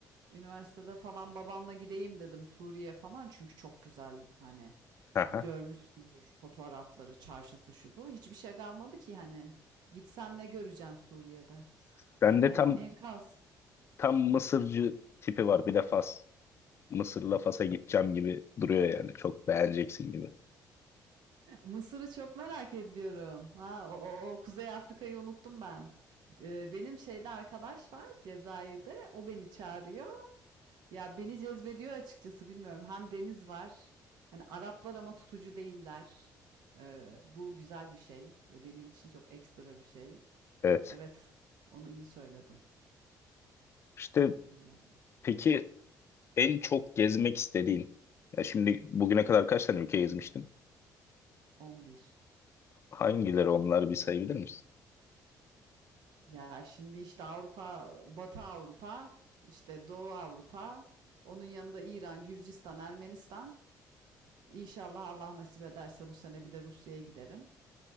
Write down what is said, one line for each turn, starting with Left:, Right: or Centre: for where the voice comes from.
Right: üniversitede falan babamla gideyim dedim Suriye falan çünkü çok güzel hani
Left: Aha.
Right: görmüşsündür fotoğrafları, çarşısı şu bu. Hiçbir şey kalmadı ki hani. Gitsen ne göreceksin Suriye'de?
Left: Sende
Right: Hani
Left: tam
Right: en- enkaz.
Left: tam Mısırcı tipi var. Bir de Fas. Mısır'la Fas'a gideceğim gibi duruyor yani. Çok beğeneceksin gibi.
Right: Mısır'ı çok merak ediyorum. Ha, o, o- o Kuzey Afrika'yı unuttum ben. Ee, benim şeyde arkadaş var Cezayir'de. O beni çağırıyor. Ya beni cezbediyor açıkçası bilmiyorum. Hem deniz var. Hani Araplar ama tutucu değiller. Ee, bu güzel bir şey. Ya benim için çok ekstra bir şey.
Left: Evet.
Right: Evet, onu iyi söyledin.
Left: İşte
Right: Olabilir yani.
Left: peki En çok gezmek istediğin. Ya şimdi bugüne kadar kaç tane ülke gezmiştin?
Right: 11.
Left: Hangileri onlar bir sayabilir misin?
Right: Ya şimdi işte Avrupa, Batı Avrupa, işte Doğu Avrupa, onun yanında İran, Gürcistan, Ermenistan. İnşallah Allah nasip ederse bu sene bir de Rusya'ya giderim.